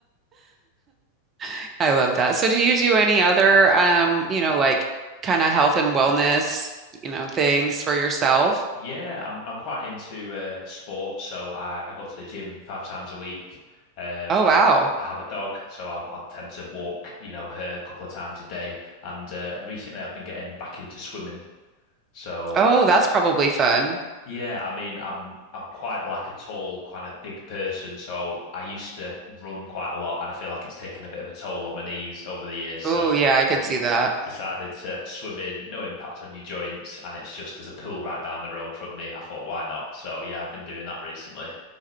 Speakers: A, on the right; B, on the left.
A: <laughs> I love that. So do you do any other um, you know, like kind of health and wellness, you know, things for yourself?
B: Yeah, I'm I'm quite into uh, sports, so I, I go to the gym five times a week. Um,
A: Oh
B: I have
A: wow.
B: I have a dog, so I I tend to walk, you know, her a couple of times a day. And uh, recently, I've been getting back into swimming, so.
A: Oh, that's probably fun.
B: Yeah, I mean, I'm I'm quite like a tall, kind of big person, so I used to run quite a lot, and I feel like it's taken a bit of a toll on my knees over the years. So
A: Oh yeah, I
B: I've
A: could
B: de
A: see that.
B: decided to swim in, no impact on your joints, and it's just there's a pool right down the road from me. I thought, why not? So yeah, I've been doing that recently.